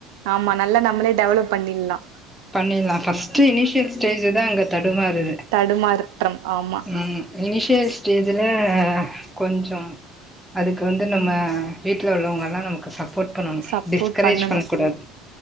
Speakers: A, on the right (about 80°); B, in the centre.
A: ஆமா நல்லா நம்மளே டெவலப் பண்ணில்லா
B: பண்ணில்லா ஃபஸ்ட்டு இனிஷியல் ஸ்டேஜூதா அங்கத் தடுமாருது
A: தடுமாற்றம் ஆமா
B: ம் இனிஷியல் ஸ்டேஜ்ல கொஞ்சோ அதுக்கு வந்து நம்ம வீட்ல உள்ளவங்கல்லா நமக்கு சப்போர்ட் பண்ணணு
A: சப்போர்ட்
B: டிஸ்கரேஜ்
A: பண்ணனு.
B: பண்ணக் கூடாது